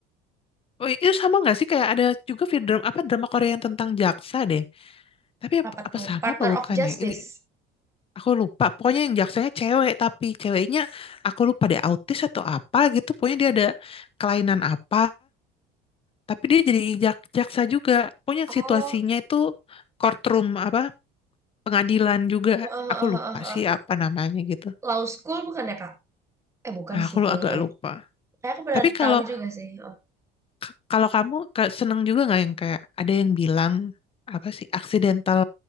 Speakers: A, on the left (about 30°); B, on the right (about 15°).
A: Oh, itu sama nggak sih kayak ada juga film drama apa drama Korea yang tentang jaksa deh tapi apa,
B: Apa
A: apa
B: tuh?
A: sama
B: Partner
A: apa bukan
B: of Justice.
A: ya ini Aku lupa, pokoknya yang jaksanya cewek, tapi ceweknya aku lupa dia autis atau apa gitu. Pokoknya dia ada kelainan apa, tapi dia jadi jak- jaksa juga. Pokoknya
B: Oh,
A: situasinya itu courtroom apa pengadilan juga.
B: <laughs>
A: Aku lupa sih apa namanya gitu.
B: Law School bukan ya, Kak? Eh, bukan
A: Ah, Aku
B: sih
A: lu-
B: kayaknya
A: agak
B: ya.
A: lupa.
B: Kayak aku pernah
A: Tapi kalau
B: tahu juga sih. Oh,
A: k- kalau kamu ke- seneng juga nggak yang kayak ada yang bilang apa sih accidental